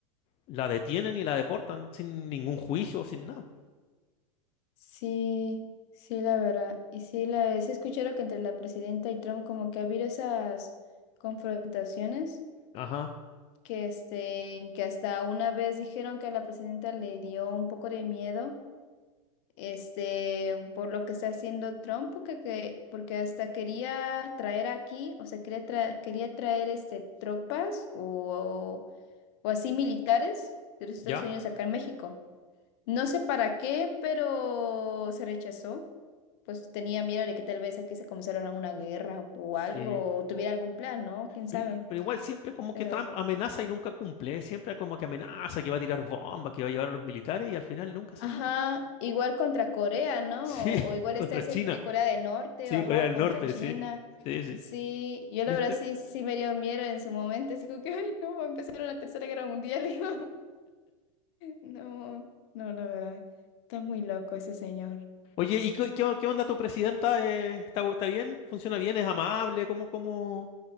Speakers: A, on the left; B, on the left.
A: la detienen y la deportan sin ningún juicio, sin nada.
B: Sí, sí, la verdad. Y sí, la, sí escucharon que entre la presidenta y Trump como que ha habido esas confrontaciones
A: Ajá,
B: que, este, que hasta una vez dijeron que a la presidenta le dio un poco de miedo, este, por lo que está haciendo Trump, porque, que- porque hasta quería traer aquí, o sea, quería, tra- quería traer este, tropas o, o así militares de los Estados
A: ¿ya?
B: Unidos acá en México. No sé para qué, pero se rechazó. Pues tenía miedo de que tal vez aquí se comenzara una guerra o
A: Sí.
B: algo, o tuviera algún plan, ¿no? ¿Quién sabe?
A: Y- Pero igual siempre como
B: Pero,
A: que Trump amenaza y nunca cumple, ¿eh? Siempre como que amenaza, que va a tirar bombas, que va a llevar a los militares y al final nunca hace
B: ajá,
A: nada.
B: igual contra Corea, ¿no?
A: Sí, <laughs>
B: O, o igual
A: contra
B: está ese
A: China,
B: entre Corea del Norte,
A: sí,
B: o, ajá,
A: Corea
B: o
A: del
B: contra
A: Norte,
B: China.
A: sí, sí, sí,
B: Sí, yo
A: ¿viste?
B: la verdad sí, sí me dio miedo en su momento, así como que, ay, no, va a empezar una tercera guerra mundial. <laughs> y yo, No, no, la verdad, está muy loco ese señor.
A: Oye, ¿y qué, qué- qué onda tu presidenta? Eh, ¿está, está bien? ¿Funciona bien? ¿Es amable? ¿Cómo, cómo,